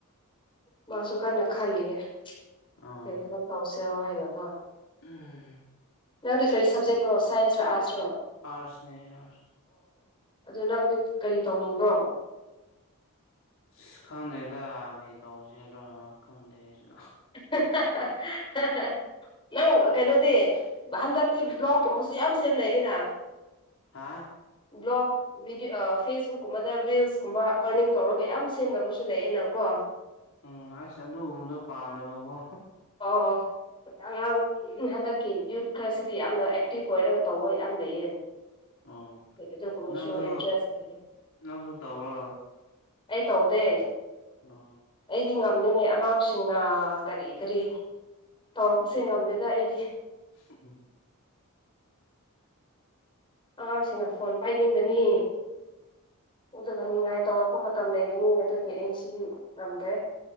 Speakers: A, on the left; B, on the left.
A: ꯃꯥꯁꯨ ꯀꯟꯅ ꯈꯜꯂꯤꯌꯦ
B: ꯑꯥ
A: ꯀꯩ ꯊꯕꯛ ꯇꯧꯁꯤꯔꯣ ꯍꯥꯏꯅꯀꯣ
B: ꯎꯝ
A: ꯅꯪꯗꯤ ꯀꯔꯤ ꯁꯞꯖꯦꯛꯔꯣ ꯁꯥꯏꯟꯁ ꯔꯣ ꯑꯥꯔꯠꯁ꯭ꯔꯣ
B: ꯑꯥꯁꯅꯦ ꯑꯥꯔ
A: ꯑꯗꯨ ꯅꯪꯗꯤ ꯀꯔꯤ ꯇꯧꯅꯤꯡꯕ꯭ꯔꯣ
B: ꯑꯁ ꯈꯪꯗꯦꯗ ꯀꯩ ꯇꯧꯁꯤꯔꯥ ꯈꯪꯗꯦ ꯑꯩꯁꯨ
A: ꯍꯥꯍꯥꯍꯥꯍꯥ ꯅꯪ ꯀꯩꯅꯣꯗꯤ ꯍꯟꯗꯛꯇꯤ ꯕ꯭ꯂꯣꯛꯀꯨꯝꯕꯁꯨ ꯌꯥꯝ ꯁꯦꯝꯅꯩꯅ
B: ꯍꯥꯥ
A: ꯕ꯭ꯂꯣꯛ ꯕꯤꯗꯤ ꯐꯦꯁꯕꯨꯛ ꯀꯨꯝꯕꯗ ꯔꯤꯜꯁ ꯀꯨꯝꯕ ꯑꯔꯅꯤꯡ ꯇꯧꯔꯒ ꯌꯥꯝ ꯁꯦꯝꯅꯕꯁꯨ ꯂꯩꯌꯦꯅꯀꯣ
B: ꯎꯝ ꯑꯁ ꯑꯗꯨꯒꯨꯝꯕꯗꯣ ꯄꯥꯝꯗꯕꯀꯣ
A: ꯑꯣ ꯎ ꯍꯟꯗꯛꯀꯤ ꯌꯨꯠ ꯈꯔꯁꯤꯗꯤ ꯌꯥꯝꯅ ꯑꯦꯛꯇꯤꯚ ꯑꯣꯏꯔꯒ ꯇꯧꯕ ꯌꯥꯝ ꯂꯩꯌꯦ
B: ꯎꯝ
A: ꯑꯗꯨ ꯀꯃꯁꯨ
B: ꯅꯪꯁꯨ
A: ꯏꯟꯇꯔꯦꯁꯒꯦ
B: ꯅꯪꯁꯨ ꯇꯧꯔꯣ
A: ꯑꯩ ꯇꯧꯗꯦ
B: ꯑ
A: ꯑꯩꯗꯤ ꯉꯝꯗꯦꯅꯦ ꯑꯉꯥꯡꯁꯤꯡꯅ ꯀꯔꯤ ꯀꯔꯤ ꯇꯧꯔꯛꯄꯁꯦ ꯉꯝꯗꯦꯗ ꯑꯩꯗꯤ
B: ꯎꯝ ꯎꯝ
A: ꯑꯉꯥꯡꯁꯤꯅ ꯐꯣꯟ ꯄꯥꯏꯅꯤꯡꯒꯅꯤ ꯑꯗꯨꯒ ꯅꯤꯡꯉꯥꯏ ꯇꯧꯔꯛꯄ ꯃꯇꯝ ꯂꯩꯒꯅꯤ ꯑꯗꯨꯒꯤ ꯑꯩ ꯁꯤꯗꯤ ꯉꯝꯗ꯭ꯔꯦ